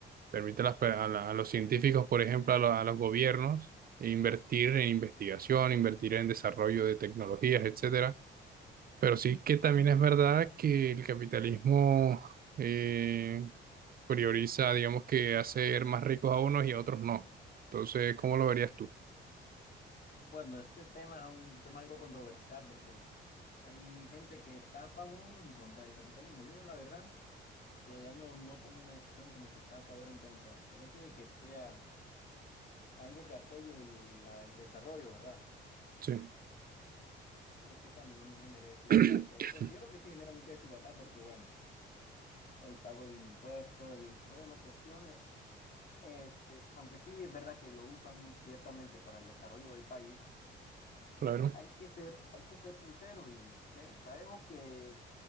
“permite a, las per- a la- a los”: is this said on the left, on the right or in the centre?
Right